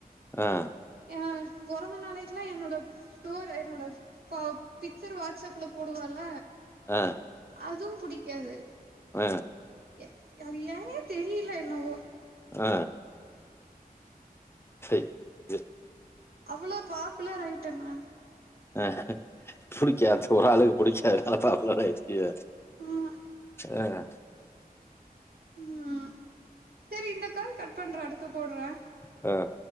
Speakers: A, on the left; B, on the right.
A: ஆ
B: எ பொறந்த நாளைக்குலா என்னோட ஸ்டோர் என்னோட ப பிக்சர் வாட்ஸப்ல போடுவால
A: அ
B: அதுவு புடிக்காது
A: அ
B: எ அது ஏனே தெரியல என்னவோ
A: ஆ சேரி விடு
B: அவளோ பாப்புலர் ஆயிட்டே நா
A: அ பிடிக்காது ஒரு ஆளுக்கு பிடிக்காதனால பாப்புலர் ஆயிர்கியா
B: ஆமா
A: அ
B: ம் சேரி இந்த கால் கட் பண்றே அடுத்து போட்றே
A: அ